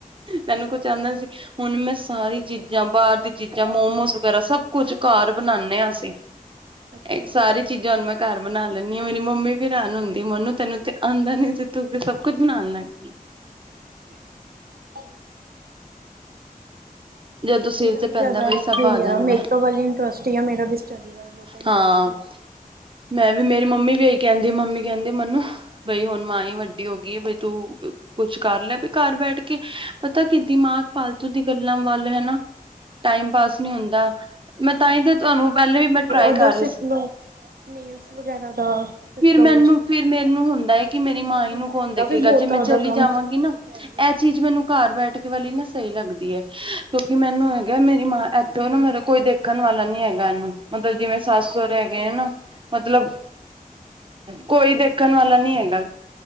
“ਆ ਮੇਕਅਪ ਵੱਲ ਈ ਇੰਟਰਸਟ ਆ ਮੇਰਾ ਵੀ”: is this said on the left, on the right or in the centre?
Right